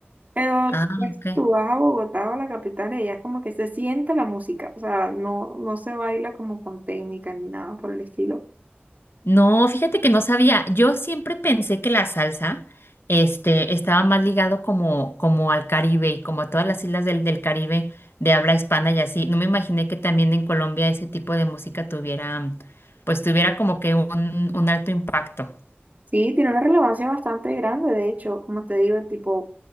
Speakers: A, on the right (about 40°); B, on the left (about 75°).
A: Pero
B: Ah,
A: pues,
B: ok.
A: tú vas a Bogotá o a la capital y allá es como que se siente la música, o sea, no, no se baila como con técnica ni nada por el estilo.
B: No, fíjate que no sabía. Yo siempre pensé que la salsa, este, estaba más ligado como, como al Caribe y como a todas las islas del, del Caribe de habla hispana y así. No me imaginé que también en Colombia ese tipo de música tuviera, pues tuviera como que un, un alto impacto.
A: Sí, tiene una relevancia bastante grande, de hecho, como te digo, tipo,